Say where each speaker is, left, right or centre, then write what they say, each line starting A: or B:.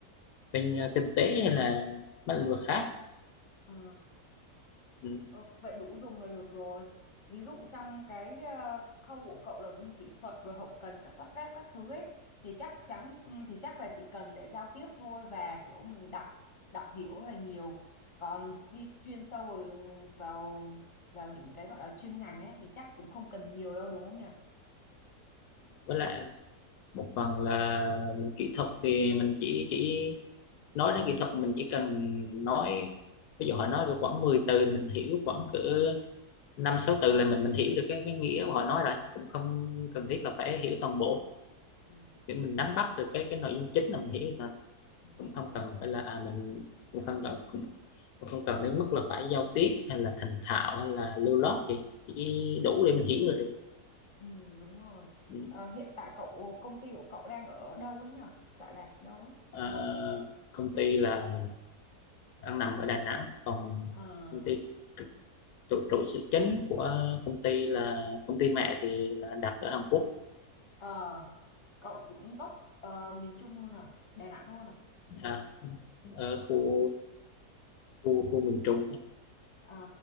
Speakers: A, on the left; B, on the left.
A: bên ờ, kinh tế hay là mấy lĩnh vực khác
B: ờ.
A: ừ.
B: Ờ, vậy đủ dùng là được rồi. Ví dụ trong cái ờ, khâu của cậu là vân kỹ thuật rồi hậu cần các lắp ráp các thứ ấy thì chắc chắn ừ, thì chắc là chỉ cần để giao tiếp thôi và kiểu mình đọc đọc hiểu là nhiều. Còn đi chuyên sâu rồi vào vào những cái gọi là chuyên ngành ấy thì chắc cũng không cần nhiều đâu đúng không nhỉ?
A: với lại một phần là mình kỹ thuật thì mình chỉ chỉ nói đến kỹ thuật mình chỉ cần nói ví dụ họ nói cỡ khoảng 10 từ mình hiểu khoảng cỡ năm sáu từ là mình mình hiểu được cái cái nghĩa của họ nói rồi cũng không cần thiết là phải hiểu toàn bộ
B: Ừ,
A: để mình nắm
B: ok,
A: bắt được cái cái nội dung chính là mình hiểu được rồi
B: ừ,
A: cũng không
B: đúng
A: cần
B: rồi.
A: phải là à mình cũng không cần cũng, cũng không cần
B: Ừ,
A: đến mức là phải giao tiếp hay là thành thạo hay là lưu loát gì chỉ đủ để mình hiểu là được
B: ừ, đúng rồi.
A: Ừ.
B: Ờ, hiện tại cậu công ty của cậu đang ở đâu ấy nhỉ? Tọa lạc ở đâu ấy?
A: Ờ, công ty là đang nằm ở Đà Nẵng còn
B: Ờ
A: công ty trụ trụ sở chính của công ty là công ty mẹ thì là đặt ở Hàn Quốc
B: Ờ, cậu cũng gốc ờ, miền Trung luôn à, Đà Nẵng luôn à.
A: à, ở khu khu khu miền Trung
B: Ờ,